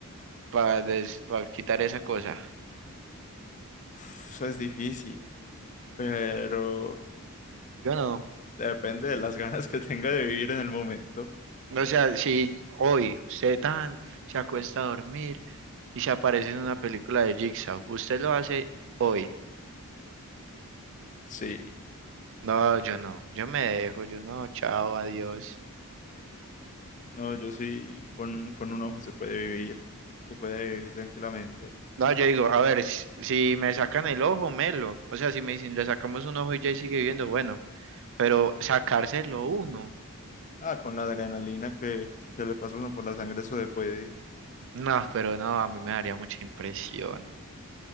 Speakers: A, on the right; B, on the left.
A: para quitar esa cosa.
B: Uf, eso es difícil, pero
A: Yo no.
B: depende de las <laughs> ganas que tenga de vivir en el momento.
A: O sea, si hoy usted tan se acuesta a dormir y se aparece en una película de Jigsaw, usted lo hace hoy.
B: Sí.
A: No, yo no, yo me dejo,
B: yo sí-
A: yo no, chao, adiós.
B: No, yo sí, con, con un ojo se puede vivir. Se puede vivir tranquilamente.
A: No, yo digo, a ver, s- si me sacan el ojo, melo. O sea, si me dicen, le sacamos un ojo y ya sigue viviendo, bueno, pero sacárselo uno.
B: Ah, con la adrenalina que, que le pasa a uno por la sangre, eso se puede.
A: No, pero no, a mí me daría mucha impresión.